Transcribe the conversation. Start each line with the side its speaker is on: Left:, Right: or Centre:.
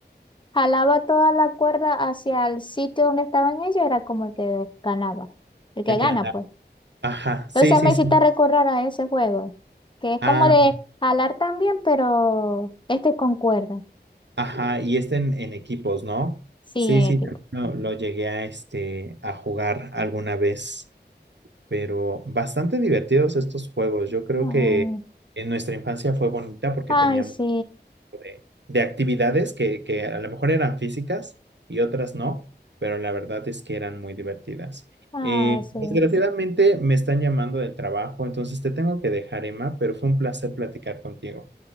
Left: jalaba toda la cuerda hacia el sitio donde estaban ellos, era como el que ganaba, el que
Right: el
Left: gana,
Right: que ganaba.
Left: pues.
Right: Ajá, sí,
Left: Entonces
Right: sí,
Left: me
Right: sí.
Left: hiciste recordar a ese juego, que es
Right: Ah,
Left: como de jalar también, pero este con cuerda.
Right: Ajá, y este en, en equipos, ¿no?
Left: Sí,
Right: Sí, sí,
Left: equipo.
Right: también lo, lo llegué a, este, a jugar alguna vez, pero bastante divertidos estos juegos. Yo creo
Left: Mm,
Right: que en nuestra infancia fue bonita porque teníamos
Left: Ay, sí.
Right: de, de actividades que, que a lo mejor eran físicas y otras no, pero la verdad es que eran muy divertidas.
Left: Ay,
Right: Eh,
Left: sí.
Right: desgraciadamente me están llamando del trabajo, entonces te tengo que dejar, Emma, pero fue un placer platicar contigo.